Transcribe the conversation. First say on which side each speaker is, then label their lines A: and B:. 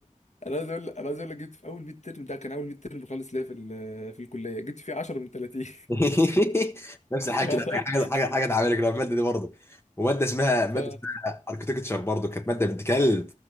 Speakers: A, on the left; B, on the left.
A: انا عايز اقول لك انا عايز اقول لك جبت في اول ميد ترم ده كان اول ميد ترم خالص ليا في ال- في الكليه جبت فيه 10 من 30
B: <laughs> نفس الحاجه
A: <laughs> والله
B: كده حاجه حاجه حاجه اتعملت كده الماده دي برضه وماده اسمها ماده
A: ف
B: اسمها اركتكتشر برضه كانت ماده بنت كلب